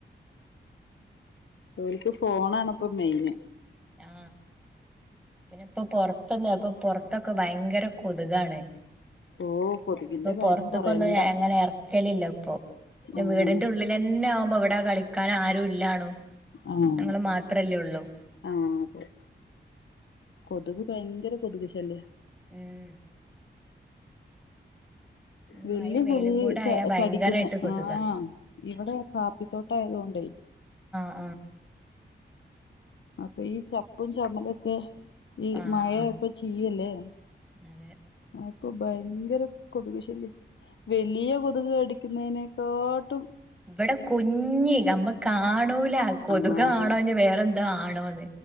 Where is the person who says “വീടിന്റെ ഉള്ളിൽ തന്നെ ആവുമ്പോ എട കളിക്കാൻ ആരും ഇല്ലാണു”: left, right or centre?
Centre